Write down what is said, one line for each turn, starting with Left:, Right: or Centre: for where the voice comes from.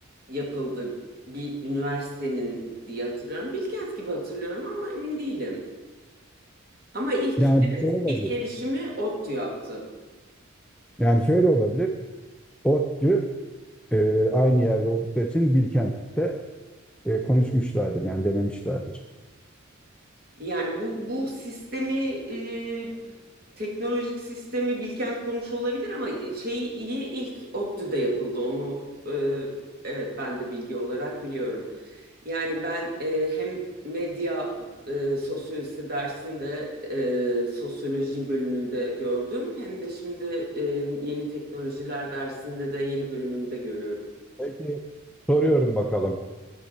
Right: yapıldı bir üniversitenin diye hatırlıyorum. Bilkent gibi hatırlıyorum ama emin değilim. Ama ilk
Centre: Yani
Right: evet,
Centre: şöyle olabilir.
Right: ilk erişimi ODTÜ yaptı.
Centre: Yani şöyle olabilir. ODTÜ e, aynı yerde oldukları için Bilkent'te e, konuşmuşlardır yani denemişlerdir.
Right: Yani bu bu sistemi e, teknolojik sistemi Bilkent kurmuş olabilir ama şey iyi ilk ODTÜ'de yapıldı onu e, evet ben de bilgi olarak biliyorum. Yani ben e, hem medya e, sosyolojisi dersinde e, sosyoloji bölümünde gördüm hem de şimdi e, yeni teknolojiler dersinde de yeni bölümümde görüyorum.
Centre: Peki soruyorum bakalım.